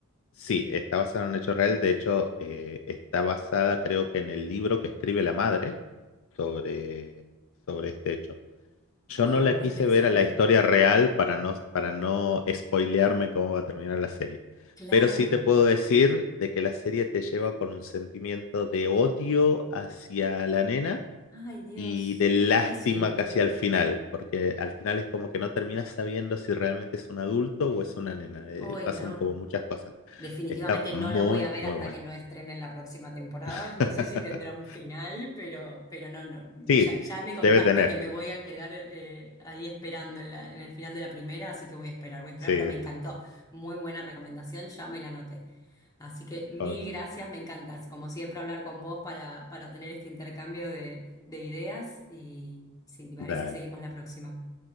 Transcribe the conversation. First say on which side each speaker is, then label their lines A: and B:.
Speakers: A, on the left (about 65°); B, on the left (about 15°).
A: sí, está basada en un hecho real. De hecho, eh, está basada creo que en el libro que escribe la madre sobre, sobre este hecho. Yo
B: wow,
A: no la
B: muy
A: quise
B: interesante.
A: ver a la historia real para no, para no spoilearme cómo va a terminar la serie.
B: Claro.
A: Pero sí te puedo decir de que la serie te lleva por un sentimiento de odio hacia la nena
B: Ay, Dios,
A: y de lástima
B: qué difícil.
A: casi al final, porque al final es como que no terminas sabiendo si realmente es un adulto o es una nena. Eh,
B: Hoy
A: pasan
B: no.
A: como muchas cosas.
B: Definitivamente
A: Está muy,
B: no la voy a ver
A: muy
B: hasta
A: bueno.
B: que no estrenen la próxima temporada.
A: <laughs>
B: <laughs> No sé si tendrá un final, pero, pero no, no.
A: Sí,
B: Ya, ya me contaste
A: debe tener.
B: que me voy a quedar eh, ahí esperando en la- en el final de la primera, así que voy a esperar, voy a esperar,
A: Sí,
B: pero me encantó.
A: sí.
B: Muy buena recomendación, ya me la anoté. Así que mil
A: Ok,
B: gracias, me encanta, como siempre, hablar con vos para, para tener este intercambio de, de ideas y si te parece,
A: dale.
B: seguimos la próxima.